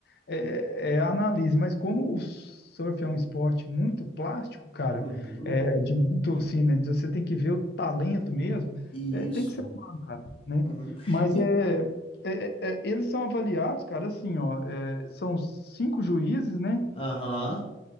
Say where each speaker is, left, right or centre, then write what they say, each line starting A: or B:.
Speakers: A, on the left; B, on the left.
A: é, é, é, analise. Mas como o surf é um esporte muito plástico, cara,
B: Uhum.
A: é, de muito, assim, né, de você tem que ver o talento mesmo,
B: Isso.
A: é, tem que ser humano, cara, né?
B: Uhum.
A: Mas
B: E-
A: é, é- é- é, eles são avaliados, cara, assim, ó, é, são cinco juízes, né,
B: Aham.